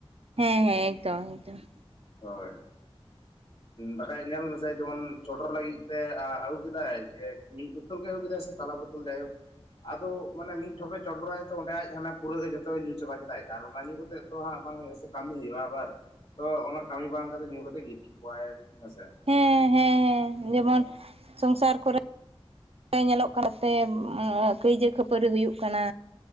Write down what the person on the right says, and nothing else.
ᱦᱮᱸ ᱦᱮᱸ ᱮᱠᱫᱚᱢ ᱮᱠᱫᱚᱢ᱾
ᱦᱮᱸ ᱦᱮᱸ ᱡᱮᱢᱚᱱ ᱥᱚᱝᱥᱟᱨ ᱠᱚᱨᱮ ᱮ ᱧᱮᱞᱚᱜ ᱠᱟᱱᱟ ᱯᱮ ᱢᱚ-ᱢᱚ ᱠᱟᱹᱭᱡᱟᱹ ᱠᱷᱟᱹᱯᱟᱹᱨᱤ ᱦᱩᱭᱩᱜ ᱠᱟᱱᱟᱹ